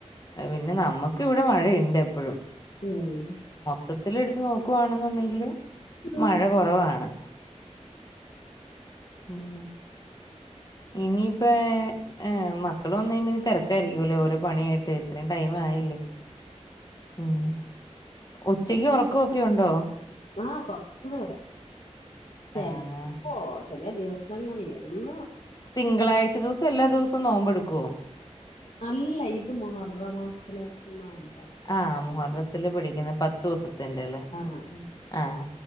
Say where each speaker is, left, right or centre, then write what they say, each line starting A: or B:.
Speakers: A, on the left; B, on the left.
A: പിന്നെ നമ്മുക്ക് ഇവിടെ മഴയ ഉണ്ട് എപ്പഴും
B: ഉം
A: മൊത്തത്തിലൽ എടുത്ത് നോക്കുവാണെന്നുണ്ടെങ്കില്
B: ഉം
A: മഴ കുറവാണ് ഉം ഇനിയിപ്പ എ മക്കൾ വന്ന് കഴിയുമ്പ തിരക്കായരിക്കൂല്ലോ ഓരോ പണിയാ ത് ഇത്രം ടൈം ആയില്ലേ ഉം ഉച്ചക്ക് ഉറക്കൊക്കെഒണ്ടോ
B: ആ കൊറച് നേരം ചെല്
A: ആഹ്
B: പ്പോ ഓ ചില ദിവസങ്ങളില് എന്നു
A: തിങ്കളാഴ്ച ദിവസ എല്ലാ ദിവസവും നോമ്പ് എടുക്കുവോ
B: അല്ല ഇത് മുഹറ മാസത്തിലെ നോമ്
A: ആ മുഹറത്തില് പിടിക്കുന്ന പ തോസ് ത്തിന്റെ അല്ലേ
B: ആഹ്
A: ആഹ്